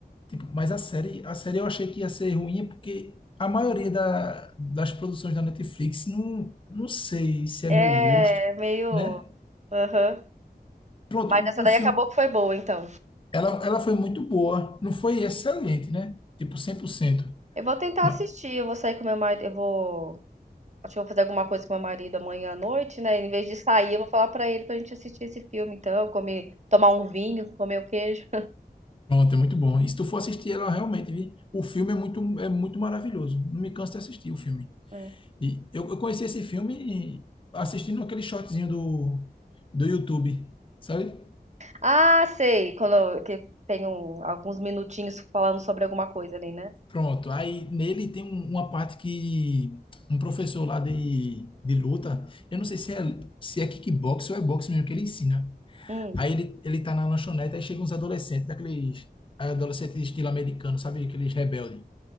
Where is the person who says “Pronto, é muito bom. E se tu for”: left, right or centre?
Left